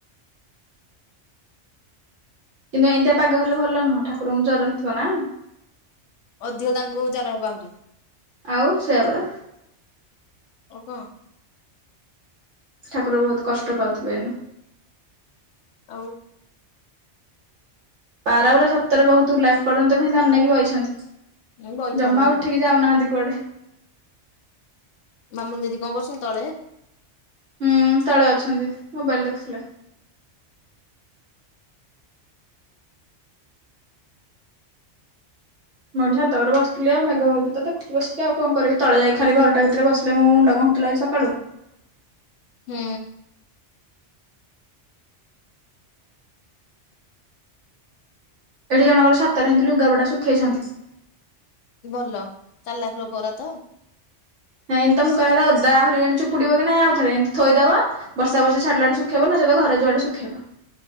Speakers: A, on the right; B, on the left.
A: କିନ୍ତୁ ଏମତିଆ ପାଗ ହେଲେ ଭଲ ନୁହଁ ଠାକୁରଙ୍କୁ ଜ୍ୱର ହେଇଥିବ ନା।
B: ଅଧିକ ତାଙ୍କୁ ଜର ହବ ଆହୁରି।
A: ଆଉ ସେୟା ପରା।
B: ଆଉ କଣ।
A: ଠାକୁର ବହୁତ୍ କଷ୍ଟ ପାଉଥିବେ ଏଇନା।
B: ଆଉ
A: ପରା ପୁରା ସତରେ ବହୁତ୍ ଲାଷ୍ଟ ଏପର୍ଯ୍ୟନ୍ତ ବି ସେମିତି ଅନେଇକି ବଇଛନ୍ତି
B: ମୁଁ ବଇଥାନ୍ତି
A: ଜମା
B: ହେରା
A: ଉଠିକି ଯାଉନାହାନ୍ତି କୁଆଡେ।
B: ମାମୁନି ଦିଦି କଣ କରୁଛନ୍ତି, ତଳେ?
A: ହୁଁ ତଳେ ଅଛନ୍ତି ମୋବାଇଲ୍ ଦେଖୁଥିଲେ। ମୁଁ ତଳେ ବସିଥିଲି ଆଉ ମେଘ ହଉଚି ତ ଦେଖୁଚି ବସିକି ଆଉ କଣ କରିବି ତଳେ ଯାଇକି ଖାଲି ଘରଟା ବିତରେ ବସ ମୋ ମୁଣ୍ଡ କଣ ହେଉଥିଲା ଆଜି ସକାଳୁ।
B: ହୁଁ।
A: ଏଠି ଜଣଙ୍କ ଛାତରେ ସେମିତି ଲୁଗା ପଟା ଶୁଖେଇଛନ୍ତି।
B: ଭଲ ଚାଲାଖ ଲୋକ ଗୁରା ତ।
A: ହେଁ ଏନ୍ତା ମୁଁ
B: ସେ
A: କାହାର ଅଧ୍ ଆହୁରି ଏଣି ଚୁପୁିଡିବ କି ନାଇଁ ଆଉଥରେ ଏମତି ଥୋଇଦବ ବର୍ଷା ବର୍ଷୀ ଛାଡ଼ିଲା ଠୁ ଶୁଖେଇବ ନଚେତ ଘରେ ଯୁଆଡେ ଶୁଖେଇବ।